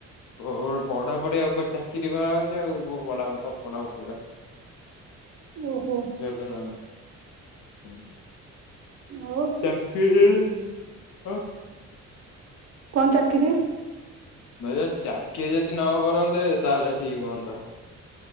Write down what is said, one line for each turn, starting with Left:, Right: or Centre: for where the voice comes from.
Left: କଣ ପଢାପଢି ଆଉ କ ଚାକିରି କରାହଉଛି ଆଉ ପଢ଼ାଅ ନ ପଢାଅ <unintelligible>
Right: ଓହୋ।
Left: ଜଣାନାହିଁ।
Right: ଆଉ
Left: ଚାକିରି ହଁ।
Right: କଣ ଚାକିରି?
Left: ଭାଇ ଯଦି ଚାକିରୀ ଯଦି ନ କରନ୍ତେ ତାହେଲେ ଠିକ୍ ହୁଅନ୍ତା।